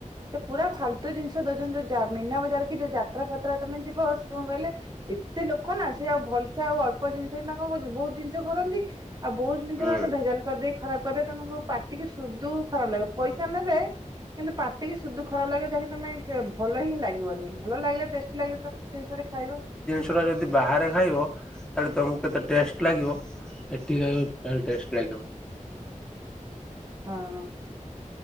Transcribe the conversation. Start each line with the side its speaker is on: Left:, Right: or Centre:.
Right: ସେ ପୁରା ଫାଲତୁ ଜିନିଷ ଦଉଛନ୍ତି ଯୋଉ ଯା ମିନା ବଜାର କି ଯୋଉ ଯାତ୍ରା ଫାତ୍ରା ତମେ ଯିବ ସେ କଣ କହିଲେ ଏତେ ଲୋକ ନା ସେ ଆଉ ଭଲସେ ଆଉ ଅଳ୍ପ ଜିନିଷନା କଣ କରୁଛନ୍ତି ବହୁତ ଜିନିଷ କରନ୍ତି ଆଉ ବହୁତ ଜିନିଷରା
Centre: ହୁଁ
Right: ମାନେ ଭେଜାଲ କରିଦେଇକି ଖରାପ କରିଦେବେ ତମକୁ ପାଟିକି ସୁଦୁ ଖରାପ ଲାଗିବ ପଇସା ସା ନେବେ କିନ୍ତୁ ପାଟିକି ସୁଦୁ ଖରାପ ଲାଗିବ ଯାହାକି ତମେ ଭଲ ହିଁ ଲାଗିବନି ଭଲ ଲାଗିଲେ ଟେଷ୍ଟ ଲାଗିଲେ ତମେ ଜିନିଷଟେ ଖାଇବ।
Centre: ହେରା ଯଦି ବାହାରେ ଖାଇବ ତାହାଲେ ତମକୁ କେତେ ଟଷ୍ଟ ଲାଗିବ। ଏଠି ଖାଇବ ଟୋଟାଲ ଟେଷ୍ଟ ଲାଗିବନି।
Right: ହଁ।